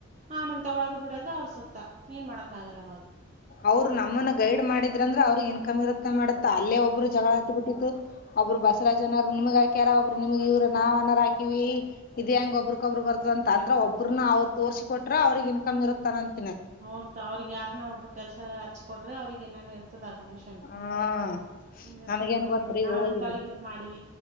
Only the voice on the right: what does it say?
ಆಮೇಲೆ ತಗಕೊಡದ ಬಿಡೋದು ಅವ್ರ ಸುತ್ತ ಏನ್ ಮಾಡಕ್ಕ ಆಗಲ್ಲ ಅವವಾಗ
ಹ್ಮ್
ಹೌದತ ಅವ್ರಿಗೆ ಯಾರನ್ನ ಒಬ್ಬ ಕೆಲಸ ಹಚ್ಚಕ ಕೊಟ್ರ ಅವ್ರಿಗೆ ನಾರ ಇರ್ತದ ಆ ಕಮಿಷನ್
ಹ ಇರ್ತದೆ
ನಮ್ಮ
ನಾವ್
ಇಂಥವ್ರಗ ಇದ ಮಾಡಿವ